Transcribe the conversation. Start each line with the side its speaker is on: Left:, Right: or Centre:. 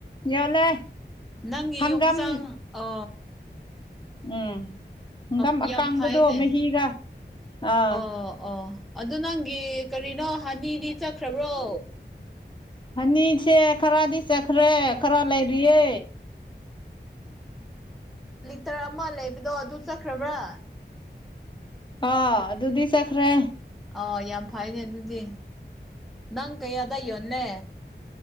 Left: ꯌꯣꯜꯂꯦ
Centre: ꯅꯪꯒꯤ
Left: ꯍꯪꯒꯥꯝ
Centre: ꯌꯣꯡ ꯆꯥꯡ ꯑ
Left: ꯎꯝ ꯍꯪꯒꯥꯝ
Centre: ꯌꯥꯝ
Left: ꯑꯀꯥꯡꯕꯗꯣ
Centre: ꯐꯩꯅꯦ
Left: ꯃꯍꯤꯒ ꯑꯥ
Centre: ꯑꯣ ꯑꯣ ꯑꯗꯨ ꯅꯪꯒꯤ ꯀꯔꯤꯅꯣ ꯍꯅꯤꯗꯤ ꯆꯠꯈ꯭ꯔꯕ꯭ꯔꯣ
Left: ꯍꯅꯤꯁꯦ ꯈꯔꯗꯤ ꯆꯈ꯭ꯔꯦ ꯈꯔ ꯂꯩꯥꯔꯤꯌꯦ
Centre: ꯇꯔ ꯑꯃ ꯂꯩꯕꯗꯣ ꯑꯗꯨ ꯆꯠꯈ꯭ꯔꯕ꯭ꯔꯥ
Left: ꯑ ꯑꯗꯨꯗꯤ ꯆꯠꯈ꯭ꯔꯦ
Centre: ꯑꯥꯎ ꯌꯥꯝ ꯐꯩꯅꯦ ꯑꯗꯨꯗꯤ ꯅꯪ ꯀꯌꯥꯗ ꯌꯣꯜꯂꯦ